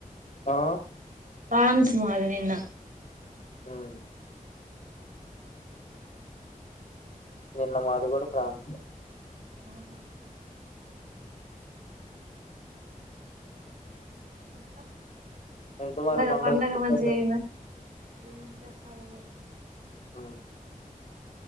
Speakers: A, on the left (about 60°); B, on the right (about 70°).
A: ఆ
B: ప్రాన్స్ మాది నిన్న
A: ఉమ్ నిన్న మాదిగుడ ప్రాన్సే
B: ఆహ ఇంకా
A: ఎటు
B: పండగ
A: మరి పండగకి
B: పండగ
A: <inaudible>
B: మంచిగా అయిందా ఏం చెప్పాలి మీరె
A: ఆ